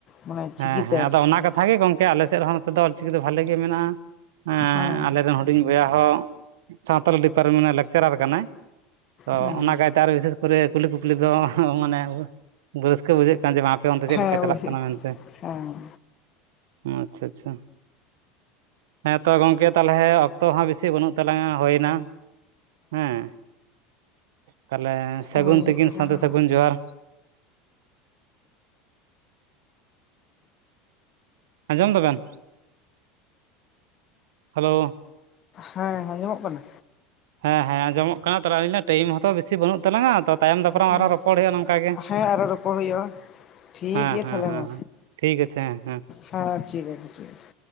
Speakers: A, on the left; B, on the right.
A: ᱢᱟᱱᱮ ᱪᱤᱠᱤᱛᱮ
B: ᱦᱮᱸ ᱦᱮᱸ
A: ᱟᱨᱠᱤ
B: ᱟᱫᱚ ᱚᱱᱟ ᱠᱟᱛᱷᱟ ᱜᱮ ᱜᱚᱝᱠᱮ ᱟᱞᱮ ᱥᱮᱫ ᱨᱮᱦᱚᱸ ᱱᱚᱛᱮ ᱫᱚ ᱚᱞᱪᱤᱠᱤ ᱫᱚ ᱵᱷᱟᱞᱤ ᱜᱮ ᱢᱮᱱᱟᱜᱼᱟ᱾
A: ᱦᱮᱸ
B: ᱟᱞᱮ ᱨᱤᱱ ᱦᱚᱲ ᱦᱩᱰᱤᱧ ᱵᱚᱭᱦᱟ ᱦᱚᱸ ᱥᱟᱶᱛᱟᱞᱤ ᱰᱤᱯᱟᱨᱴᱢᱮᱱᱴ ᱨᱮᱱ ᱞᱮᱠᱪᱟᱨᱟᱨ ᱠᱟᱱᱟᱭ, ᱛᱚ
A: ᱦᱮᱸ
B: ᱚᱱᱟ ᱠᱟᱭ ᱱᱮᱛᱟᱨ ᱵᱤᱥᱮᱥ ᱠᱚᱨᱮ ᱠᱩᱞᱦᱤ ᱠᱩᱯᱞᱤ ᱫᱚ ᱢᱟᱱᱮ ᱨᱟᱹᱥᱠᱟᱹ ᱵᱩᱡᱷᱟᱹᱜ ᱠᱟᱱᱟ ᱪᱮ ᱵᱟᱝ ᱟᱯᱮ ᱚᱱᱛᱮ ᱪᱮᱫ
A: ᱦᱮᱸ
B: ᱞᱮᱠᱟ ᱪᱟᱞᱟᱜ
A: ᱵᱩᱡᱷᱟ.
B: ᱠᱟᱱᱟ ᱢᱮᱱᱛᱮ
A: ᱜ-ᱟ ᱦᱮᱸ
B: ᱟᱪᱪᱷᱟ ᱟᱪᱪᱷᱟ ᱦᱮᱸ ᱛᱚ ᱜᱚᱝᱠᱮ ᱛᱟᱦᱚᱞᱮ ᱚᱠᱛᱚ ᱦᱚᱸ ᱵᱮᱥᱤ ᱵᱟᱹᱱᱩᱜ ᱛᱟᱞᱟᱝᱟ ᱦᱩᱭᱱᱟ ᱦᱮᱸ ᱛᱟᱦᱚᱞᱮ ᱥᱟᱹᱜᱩᱱ
A: ᱦᱳᱭ ᱦᱮᱡ
B: ᱛᱤᱠᱤᱱ
A: ᱟᱠᱟᱱᱟ
B: ᱥᱟᱱᱛᱮ ᱥᱟᱹᱜᱩᱱ ᱡᱚᱦᱟᱨ ᱟᱸᱡᱚᱢ ᱰᱟᱵᱮᱱ ᱦᱮᱞᱳᱣ
A: ᱦᱮᱸ ᱟᱸᱡᱢᱚᱜ ᱠᱟᱱᱟ
B: ᱦᱮᱸ ᱦᱮᱸ ᱟᱸᱡᱚᱢᱚᱜ ᱠᱟᱱᱟ ᱛᱟᱦᱚᱞᱮ ᱴᱟᱭᱤᱢ ᱦᱚᱸᱛᱚ ᱵᱮᱥᱤ ᱵᱟᱹᱱᱩᱜ ᱛᱟᱞᱟᱝᱟ ᱛᱟᱭᱚᱢ ᱫᱟᱯᱟᱨᱟᱢ
A: ᱦᱮᱸ
B: ᱟᱨᱦᱚᱸ ᱨᱚᱯᱚᱲ ᱦᱩᱭᱩᱜᱼᱟ ᱱᱚᱝᱠᱟ ᱜᱮ
A: ᱦᱮᱸ ᱟᱨᱚ ᱨᱚᱯᱚᱲ ᱦᱩᱭᱩᱜᱼᱟ ᱴᱷᱤᱠ
B: ᱦᱮᱸ
A: ᱜᱮᱭᱟ
B: ᱦᱮᱸ
A: ᱛᱟᱦᱚᱞᱮ
B: ᱦᱮᱸ
A: ᱢᱟ
B: ᱦᱮᱸ, ᱴᱷᱤᱠ ᱟᱪᱷᱮ ᱦᱮᱸ ᱦᱮᱸ
A: ᱦᱮᱸ ᱴᱷᱤᱠ ᱟᱪᱷᱮ ᱴᱷᱤᱠ ᱟᱪᱷᱮ